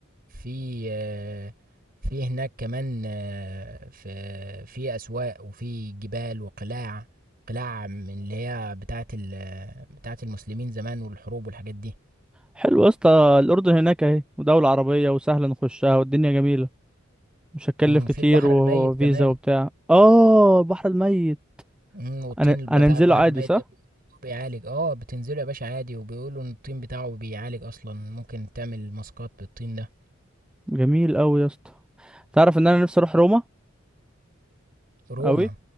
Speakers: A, on the right; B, in the centre.
A: في آه، في هناك كمان آه، في في أسواق وفي جبال وقلاع قلاع من اللي هي بتاعة ال بتاعة المسلمين زمان والحروب والحاجات دي
B: حلو يا اسطى الأردن هناك اهي ودولة عربية وسهلة نخشها والدنيا جميلة مش هتكلف
A: مم، وفي
B: كتير
A: البحر
B: وفيزا
A: الميت كمان
B: وبتاع اه البحر الميت
A: مم، والطين
B: انا انا
A: بتاع
B: انزله
A: البحر
B: عادي
A: الميت
B: صح
A: ده بيعالج اه بتنزله يا باشا عادي وبيقولوا ان الطين بتاعه بيعالج اصلا ممكن تعمل ماسكات بالطين ده
B: جميل أوي يا اسطى تعرف ان انا نفسي اروح روما
A: روما
B: أوي